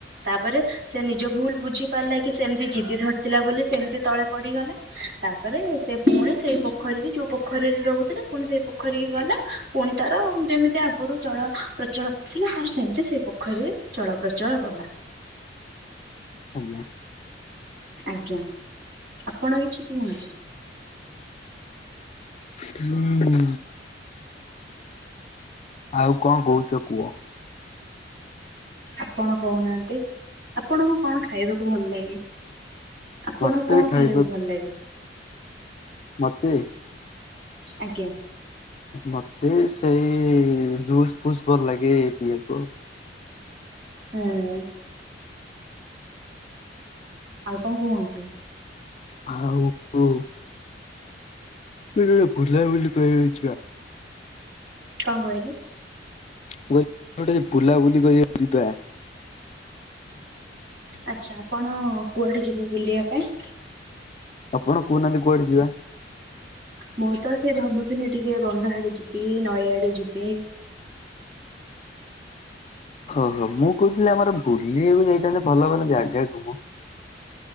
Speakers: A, on the right; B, on the left.
A: ତାପରେ ସେ ନିଜ ଭୁଲ ବୁଝି ପାରିଲା କି ସେ ଏମିତି ଜିଦି ଧରିଥିଲା ବୋଲି ସେ ଏମିତି ତଳେ ପଡିଗଲା। ତାପରେ ସେ ପୁଣି ସେଇ ପୋଖରୀରେ ଯୋଉ ପୋଖରୀରେ ରହୁଥିଲା ପୁଣି ସେଇ ପୋଖରୀ କି ଗଲା। ପୁଣି ତାର ଯେମିତି ଆଗରୁ ଚଳ ପ୍ରଚଳ କରୁଥିଲା ତାର ସେମତି ଯେ ସେଇ ପୋଖରୀରେ ଚଳପ୍ରଚଳ କଲା।
B: ଆଜ୍ଞା।
A: ଆଜ୍ଞା ଆପଣ କିଛି କୁହନ୍ତୁ?
B: ହୁଁ ଆଉ କଅଁ କହୁଛ କୁହ?
A: ଆପଣ କହୁନାହାନ୍ତି ଆପଣଙ୍କୁ କଣ ଖାଇବାକୁ ଭଲ ଲାଗେ? ଆପଣଙ୍କୁ
B: ମତେ
A: କଣ
B: ଖାଇବା
A: ଖାଇବାକୁ ଭଲ ଲାଗେ?
B: ମତେ।
A: ଆଜ୍ଞା।
B: ମତେ ସେଇ ଜୁସ୍ ଫୁସ୍ ଭଲ ଲାଗେ ଏଇ ପିଇବାକୁ।
A: ହୁଁ। ଆଉ କଣ କୁହନ୍ତୁ
B: ଆଉ ଯୋଉ କୁଆଡେ ବୁଲାବୁଲି କରିବାକୁ ଇଚ୍ଛା।
A: କଣ କହିଲୁ?
B: କୁଆଡେ ଗୋଟେ ବୁଲାବୁଲି କରିବାକୁ ଯିବା।
A: ଆଚ୍ଛା ଆପଣ କୁଆଡେ ଯିବେ ବୁଲିବା ପାଇଁ?
B: ଆପଣ କହୁନାହାନ୍ତି କୁଆଡେ ଯିବା?
A: ମୁଁ ତ ସେ ଭାବୁଥିଲି ସେ ଟିକେ ବନ୍ଧ ଆଡେ ଯିବି ନଈଆଡେ ଯିବି।
B: ହଁ ହଁ ମୁଁ କହୁଥିଲି ଆମର ବୁଲିବାକୁ ଯାଇଥାନ୍ତେ ଭଲ ଭଲ ଜାଗାକୁ ମ।